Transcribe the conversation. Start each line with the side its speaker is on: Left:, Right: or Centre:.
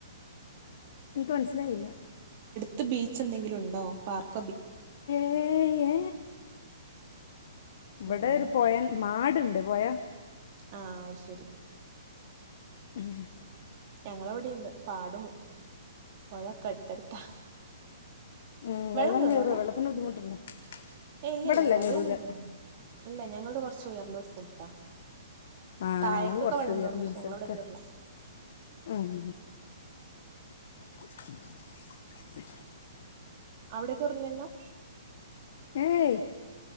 Left: ഇൻക്ക് മൻസിലായില്ല
Right: ട്ത്ത് ബീച്ച് എന്തെങ്കിലും ഉണ്ടോ പാർക്ക്
Left: ഏ ഏ ഇവിടെ
Right: ഉം ഉം
Left: ഒരു പൊഴെന്നെ ആട്ണ്ട് പൊഴ
Right: ആ ശരി
Left: ഉം
Right: ഞങ്ങളെ എവിടെ ഇണ്ട് പാടും, പോയൊക്കെ അടുത്തടുത്താ.
Left: ഉം
Right: വെള്ളം കേറോ
Left: കയറുമോ
Right: ടെ,
Left: വെള്ളത്തിന് ബുദ്ധിമുട്ടുണ്ടോ
Right: ഏ ഇല്ലില്ല
Left: ഇവിടെല്ല
Right: വെള്ളൊന്നും
Left: കയറൂല
Right: കേർല്ല ഞങ്ങള് കൊറച്ച് ഉയർന്ന സ്ഥലത്താ
Left: ആ,
Right: താഴേക്കൊക്കെ
Left: ഞങ്ങള് കൊറച്ച
Right: വെള്ളം
Left: ഉയർന്ന
Right: കേറും പക്ഷെ ഞങ്ങളവിടെ
Left: സ്ഥലത്താ,
Right: കേറില്ല
Left: ഉം <unintelligible>
Right: അവിടെ കേർല്ലല്ലോ.
Left: ഏയ്,